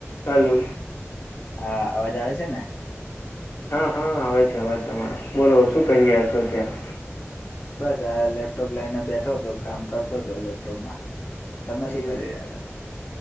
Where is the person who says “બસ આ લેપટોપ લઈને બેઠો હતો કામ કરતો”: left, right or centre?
Left